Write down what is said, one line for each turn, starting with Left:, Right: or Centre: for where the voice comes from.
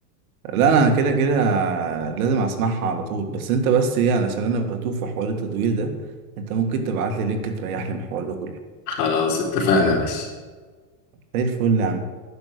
Right: لا انا كده كده لازم اسمعها على طول بس انت بس ايه علشان انا بتوه في حوار التدوير ده انت ممكن تبعت لي لينك تريح لي من الحوار ده كله
Left: خلاص اتفقنا يا باشا
Right: زي الفل يا عم